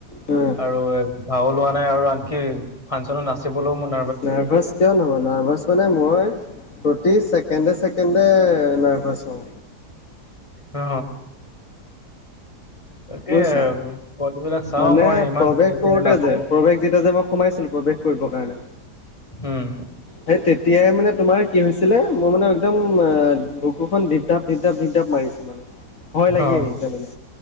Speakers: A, on the left; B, on the left.
A: উম।
B: আৰু ভাও লোৱা নাই আৰু আনকি ফাংচনত নাচ চি বলো মানে
A: নাৰ্ভাছ কিয় নহয়? নাৰ্ভাছ মানে মই প্ৰতি ছেকেণ্ডে-ছেকেণ্ডে নাৰ্ভাছ হও।
B: অ। তাকে
A: বুজিছা।
B: পোৱালীবিলাক চাও
A: মানে
B: মই ইমান
A: প্ৰৱেশ
B: তেনেকে
A: কৰোতে
B: নাচে।
A: যে প্ৰৱেশ যেতিয়া যে মই সোমাইছিলো প্ৰৱেশ কৰিব কাৰণে,
B: উম
A: সেই তেতিয়াই মানে তোমাৰ কি হৈছিলে মোৰ মানে একদম বুকুখন ঢিপ-ঢাপ, ঢিপ-ঢাপ ঢিপ-ঢাপ মাৰিছে মানে। ভয় লাগি
B: অ
A: আহিছে মানে।